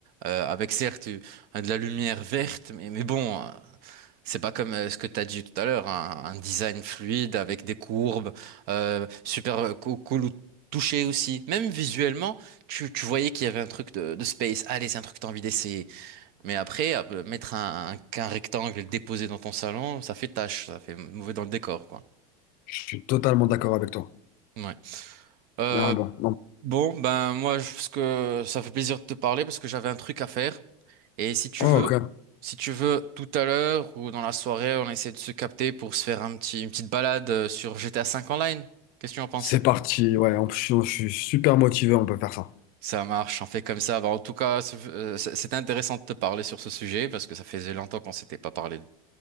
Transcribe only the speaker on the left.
Je suis totalement d'accord avec toi.
Ah, bon, non.
Oh,
ok.
C'est parti. Ouais, en plus, je suis je suis super motivé, on peut faire ça.